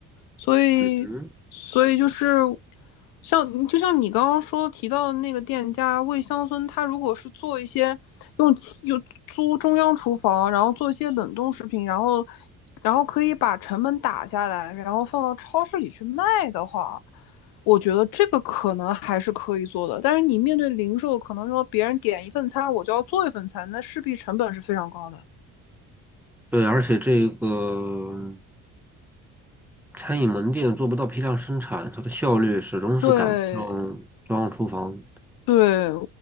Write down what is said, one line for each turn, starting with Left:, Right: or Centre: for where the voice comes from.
Left: 所以，
Centre: 嗯，
Left: 所以就是像就像你刚刚说提到的那个店家魏乡村，他如果是做一些用用租中央厨房，然后做一些冷冻食品，然后然后可以把成本打下来，然后放到超市里去卖的话，我觉得这个可能还是可以做的。但是你面对零售，可能说别人点一份餐，我就要做一份餐，那势必成本是非常高的。
Centre: 对，而且这个。餐饮门店做不到批量生产，它的效率始终是赶不上中央厨房。
Left: 对，对，